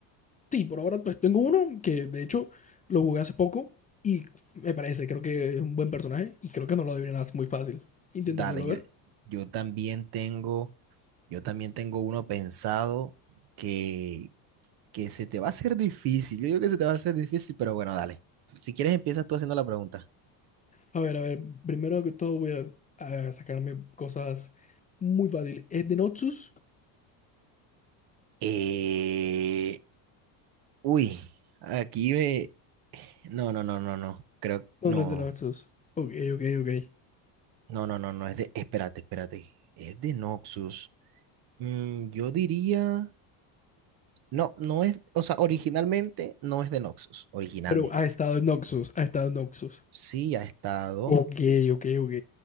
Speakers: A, on the left; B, on the right.
A: Sí, por ahora pues tengo uno que de hecho lo jugué hace poco y me parece, creo que es un buen personaje y creo que no lo adivinas muy fácil. Intentémoslo
B: Dale, yo,
A: ver.
B: yo también tengo, yo también tengo uno pensado que, que se te va a hacer difícil. Yo digo que se te va a hacer difícil, pero bueno, dale. Si quieres, empiezas tú haciendo la pregunta.
A: A ver, a ver, primero que todo voy a, a sacarme cosas muy fáciles. ¿Es de Noxus?
B: Eh, uy, aquí me, No, no, no, no, no. Creo,
A: No,
B: no,
A: no es de Noxus. Ok, ok, ok.
B: no, no, no, no. Es de, espérate, espérate. Es de Noxus. Mm, yo diría, no, no es, o sea, originalmente no es de Noxus, originalmente.
A: Pero ha estado en Noxus, ha estado en Noxus.
B: Sí ha estado.
A: Ok, ok, ok.